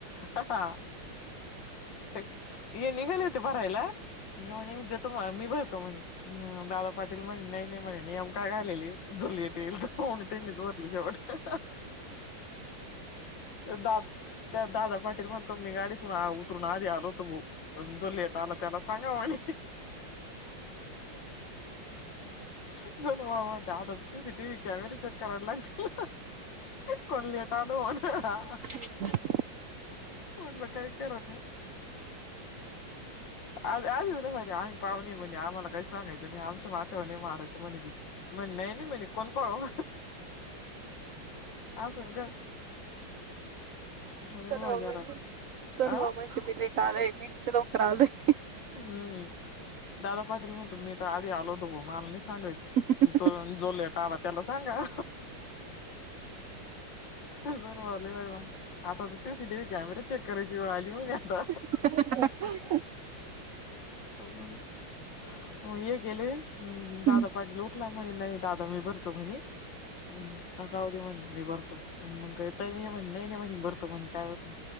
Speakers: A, on the left; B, on the right.
A: हा हे निघाले होते भरांयला, हे म्हणे मी देतो मी भरतो म्हणे दादा पाटील म्हणे नाहीं नाहीं म्हणे आंम कायं घालेली झुंलली टेलं तरं मंग त्यांनीच भरली शेवटं. दां त्यां दादा पाटील म्हणतो मी गांडीतूंन उतरूंन आंधी आलो होतो भाऊ, पणं जो लेटं आंला त्यांला सांगा म्हंणे सर्वात त्यांत C C T V camera check करांयला लागतील. कोणं लेटं आलं होनं हां.
B: हं
A: म्हटलं काय खरं नाही. आ आच रे मारे आम्ही पाहणे म्हणे, आम्हांला काही सांगायंच नाही. मात्यावर नाही मारायचं म्हणे, म्हणे नाही नाही, म्हणे कोण पाउ अजून काय लय
B: चल
A: मजा
B: बा म्हन
A: राहते
B: सलू
A: आ
B: बा म्हशी मी लेट आलय, मी तच लवकर आलोय.
A: हूं.., दादा पाटील म्हणतो, मी तर आधी आलोतो बा मला नाही सांगायच.
B: <unintelligible>
A: तो, जो लेटा आला, त्याला सांगा. अजून बले बारी म्हणे, आता सीसीटीव्ही कॅमेरा चेक करायची वेळ आली मग आता.
B: <inaudible>
A: हो मंग. मग यहे गेले,
B: हम्म
A: दादा पाटिला उठला म्हणे, नाही दादा मी भरतो म्हणे, हम्, अस राहते म्हणे मी भरतो, मग का मी म्हणे नाही नाही म्हणे, भरतो म्हणे काय होत नाही.